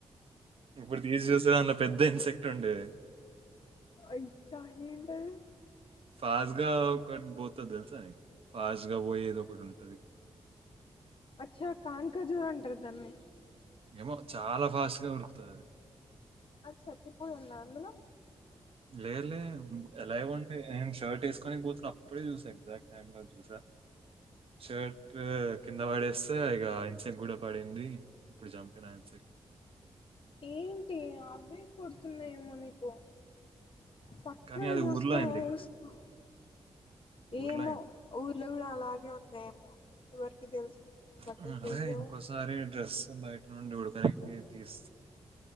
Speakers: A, on the right; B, on the left.
A: ఇప్పుడు తీసి చూసే దాంలో పెద్ద ఇన్సెక్ట్ ఉండే
B: ఇజ్జ ఏంటది
A: ఫాస్ట్గా ఒకటి పోతుంది తెలుసా నీకు ఫాస్ట్ గా పోయేది ఒకటి ఉంటది
B: అచ్చా కాన్ఖజూర్ అంటారు దాన్ని
A: ఏమో చాలా ఫాస్ట్ గా ఉరుకుతది అది
B: అచ్చచ్చి ఇప్పుడు ఉంద అందులో
A: లే లే ఎలా ఏ ఉంటే షర్ట్ వేసుకోనినకి పోతున్నా అప్పుడే చూసా ఎగ్జాక్ట్ టైమ్ చూసా షర్ట్ కింద పడేస్తే ఇక ఇన్సెక్ట్ కూడ పడింది అప్పుడు చంపినా అంతే
B: ఏంటి అవే కుడుతున్నాయేమో నీకు చక్కగా
A: కానీ అది
B: చూసుకొని
A: ఊర్లో అయింది
B: వేసుకో
A: కదా! ఊర్లో
B: ఏమో
A: అయింది.
B: ఊర్లో కూడా అలా వొత్తాయేమో ఎవరికి తెలుసు నువ్వు సక్కలు
A: హ్మ్. అదే
B: చెయ్యవు
A: ఇంకోసారి డ్రెస్ బయట నుండి ఉడుకనికి తీస్